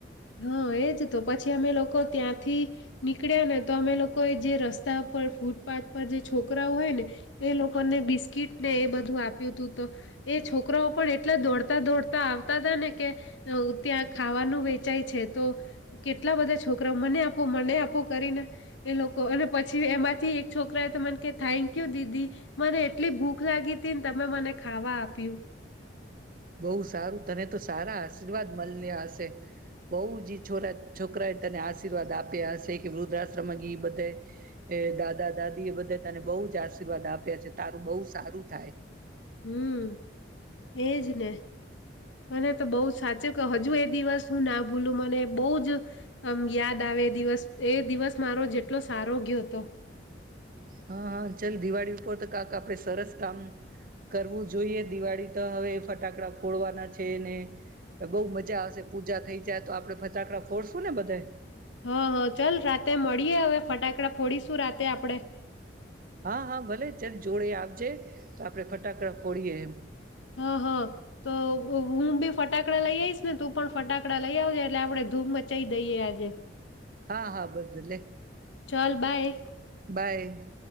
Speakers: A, on the left; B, on the right.
A: હા, એજ તો. પછી અમે લોકો ત્યાંથી નીકળ્યા ને તો અમે લોકોએ જે રસ્તા પર, ફૂટપાથ પર જે છોકરાઓ હોય ને, એ લોકોને બિસ્કીટ ને એ બધું આપ્યું તું, તો એ છ છોકરાઓ પણ એટલા દોડતા-દોડતા આવતા તા ને કે અહ ત્યાં ખાવાનું હોય ચાય છે તો કેટલા બધા છોકરાઓ મને આમ આપો મને આપો કરીને એ લોકો, અને પછી એમાં થી એક છોકરા એ તો મન કે, થેન્ક યુ દીદી. મને એટલી ભૂખ લાગી તમે મને ખાવા આપ્યું.
B: બહુ સારું, તને તો સારા આશીર્વાદ મળ્યા હશે. બહુ જ છોરા છોકરા એ તને આશીર્વાદ આપ્યા હશે કે વૃદ્ધાશ્રમા બધે દાદા- દાદી એ બધે તને બહુ જ આશીર્વાદ આપ્યા છે તારું બહુ સારું થાય.
A: હમ્મ એજ ને મને તો બહુ સાચું કે હજુ એ દિવસ શું ના ભૂલું મને બહુ જ યાદ આવે એ દિવસ. એ દિવસ મારો જેટલો સારો ગયો હતો.
B: હા હા ચાલ દિવાળી ઉપર તો કાક આપડે સરસ કામ કરવું જોઈએ. દિવાળી તો હવે ફટાકડા ફોડવાના છે ને બહુ મજા આવશે પૂજા થઈ જાય તો આપડણે ફટાકડા ફોડશું ને બધા.
A: હા હા ચાલ રાતે મળીએે હવે ફટાકડા ફોડીશું રાતે આપડે.
B: હા હા ભલે ચલ જોડે આવજે. તો આપડે ફટાકડા ફોડીએ એમ.
A: હા હા તો હું બી ફટાકડા લઈ આવીઈશ ને તું પણ ફટાકડા લઈ આવજે એટલે આપડે ધૂમ મચાઈ દઈએ આજે.
B: હા હા ભદલે
A: ચલ બાય
B: બાય.